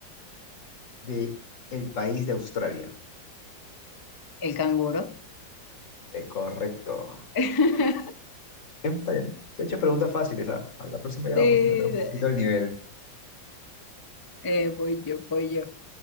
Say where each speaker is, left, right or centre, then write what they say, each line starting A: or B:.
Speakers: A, on the left; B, on the left.
A: de el país de Australia?
B: El canguro.
A: Eh, correcto.
B: <laughs>
A: Bien, está bien. Se he hecho preguntas fáciles. ¿ah? A la próxima ya
B: Sí,
A: vamos a meter un
B: de-
A: poquito el nivel.
B: eh, voy yo, voy yo.